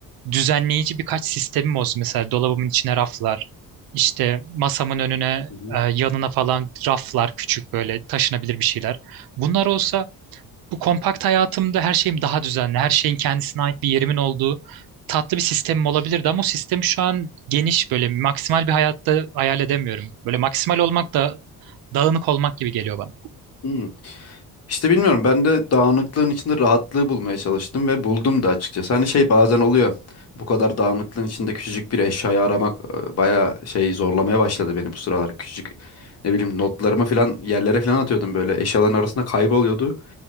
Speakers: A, on the right; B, on the left.
A: düzenleyici birkaç sistemim olsun. Mesela dolabımın içine raflar, işte masamın önüne,
B: hı hı.
A: e, yanına falan raflar, küçük böyle taşınabilir bir şeyler. Bunlar olsa bu kompakt hayatımda her şeyim daha düzenli, her şeyin kendisine ait bir yerimin olduğu tatlı bir sistemim olabilirdi ama o sistemi şu an geniş böyle maksimal bir hayatta hayal edemiyorum. Böyle maksimal olmak da dağınık olmak gibi geliyor bana.
B: Hı. İşte bilmiyorum ben de dağınıklığın içinde rahatlığı bulmaya çalıştım ve buldum da açıkçası. Hani şey bazen oluyor. Bu kadar dağınıklığın içinde küçücük bir eşyayı aramak e, bayağı şey zorlamaya başladı beni bu sıralar. Küçücük ne bileyim notlarımı falan yerlere falan atıyordum böyle. Eşyaların arasında kayboluyordu.